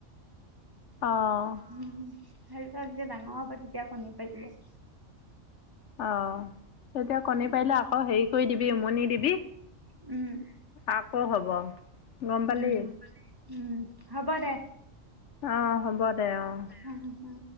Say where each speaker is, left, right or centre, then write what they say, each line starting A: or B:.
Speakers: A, on the left; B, on the right.
A: অ'।
B: উম, হেৰি যেতিয়া ডাঙৰ হ'ব তেতিয়া কণী পাৰিলে।
A: অ এতিয়া কণী
B: উম,
A: পাৰিলে আকৌ হেৰি কৰি দিবি উমনি দিবি।
B: উম
A: আকৌ হ'ব, গম পালি।
B: উম, উম হ'ব দে।
A: অঁ, হ'ব দে অঁ।
B: উম উম